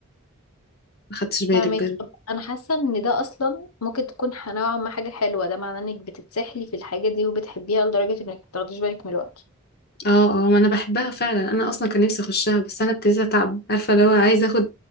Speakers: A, on the left (about 45°); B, on the left (about 90°).
A: اخدتش بالي
B: فاهمك
A: بجد
B: طب انا حاسه ان ده اصلا ممكن تكون ح- نوعا ما حاجه حلوه ده معناه انك بتتسحلي في الحاجه دي وبتحبيها لدرجه انك متاخديش بالك من الوقت
A: اه اه ما انا بحبها فعلا انا اصلا كان نفسي اخشها بس انا ابتديت اتعب عارفه لو عايزه اخد